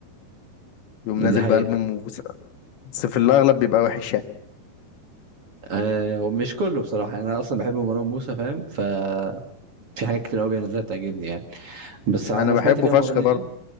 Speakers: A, on the left; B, on the right.
A: يقوم نازل
B: حقيقة
A: بألبوم وس- بس في الاغلب بيبقى وحش يعني
B: أه ومش كله بصراحة يعني أنا أصلا بحب مروان موسى فاهم ففي حاجات كتير أوي بينزلها بتعجبني يعني بس أنا
A: انا بحبه
B: سمعت كام
A: فشخ
B: أغنية
A: برضه